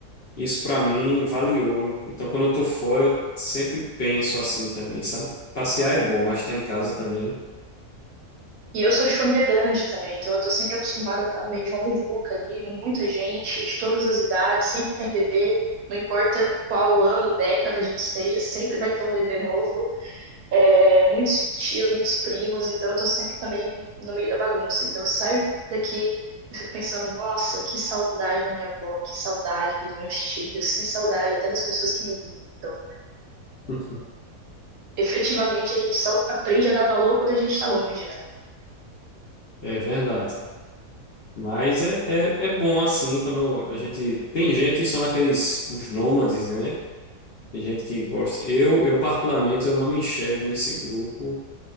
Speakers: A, on the left; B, on the right.
A: isso para mim vale ouro. Então, quando eu tô fora, eu sempre penso assim também, sabe? Passear é bom, mas estar em casa também
B: E eu sou de família grande também, então eu tô sempre acostumada a estar no meio de uma muvuca ali, muita gente, de todas as idades, sempre tem bebê, não importa qual ano, década a gente esteja, sempre vai ter um bebê novo, é, muitos tios, muitos primos, então eu tô sempre também no meio da bagunça. Então eu saio daqui e fico pensando, nossa, que saudade da minha avó, que saudade dos meus tios, que saudade até das pessoas que me irritam.
A: <laughs>
B: Efetivamente a gente só aprende a dar valor quando a gente tá longe, né?
A: é verdade. Mas é, é, é bom assim, quando a gente. Tem gente que são aqueles, os nômades, né? Tem gente que gosta. Eu, eu particularmente, eu não me enxergo nesse grupo.